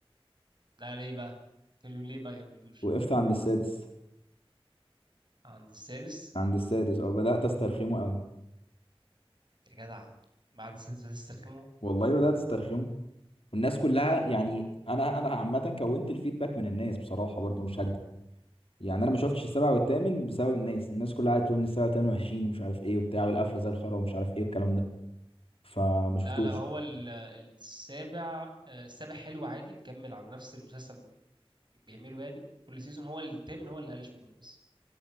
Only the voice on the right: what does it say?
لا ليه بقى قالوا ليه بقى جابلتوش
عند السادس
يا جدع بعد السادس بتسترخموا
لا
لا هو ال- السابع آه، السابع حلو عادي مكمل على نفس المسلسل اللي بيعمله يعني كل سيزون هو التامن هو اللي قلش منهم بس